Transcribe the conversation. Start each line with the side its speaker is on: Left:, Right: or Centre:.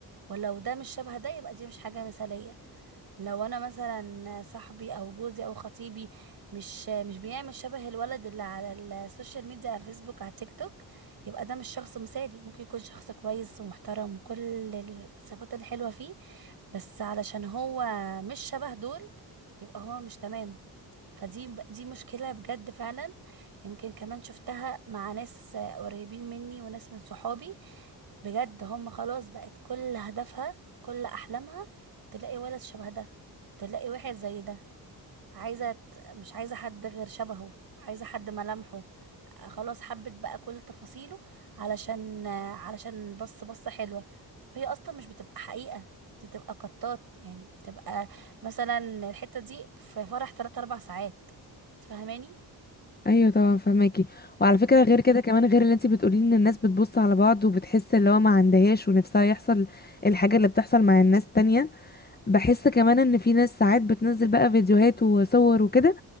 Right: ولو ده مش شبه ده يبقى دي مش حاجة مثالية لو انا مثلا صاحبي او جوزي او خطيبي مش مش بيعمل شبه الولد اللي على السوشيال ميديا على الفيسبوك على التيك توك يبقى ده مش شخص مثالي ممكن يكون شخص كويس ومحترم وكل الصفات الحلوة فيه بس علشان هو مش شبه دول يبقى هو مش تمام فدي دي مشكلة بجد فعلا يمكن كمان شفتها مع ناس قريبين مني وناس من صحابي بجد هم خلاص بقت كل هدفها كل احلامها تلاقي ولد شبه ده تلاقي واحد زي ده عايزه ت- مش عايزه حد غير شبهه عايزه حد ملامحه آه، خلاص حبت بقى كل تفاصيله علشان آه، علشان بص بصه حلوه وهي اصلا مش بتبقى حقيقه دي بتبقى قطات يعني بتبقى مثلا الحته دي في فرح 3 4 ساعات تفهماني
Left: ايوه طبعا فهماكي وعلى فكره غير كده كمان غير اللي انت بتقولي ان الناس بتبص على بعض وبتحس اللي هو ما عندهاش ونفسها يحصل الحاجه اللي بتحصل مع الناس تانية بحس كمان ان في ناس ساعات بتنزل بقى فيديوهات وصور وكده